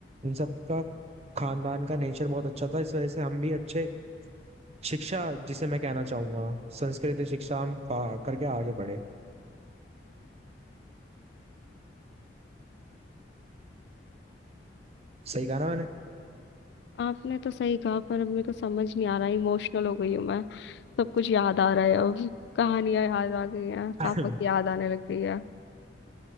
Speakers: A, on the right; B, on the left.
A: इन सब का खानदान का नेचर बहुत अच्छा था इस वजह से हम भी अच्छे शिक्षा जिसे मैं कहना चाहूंगा संस्कृत शिक्षा हम पा करके आगे बढ़े सही कहा ना मैंने
B: आपने तो सही कहा पर अब मेरे को समझ नहीं आ रहा इमोशनल हो गई हूँ मैं सब कुछ याद आ रहा है अब कहानियां याद आ गई हैं
A: <clears throat>
B: पापा की
A: <laughs>
B: याद आने लग गई है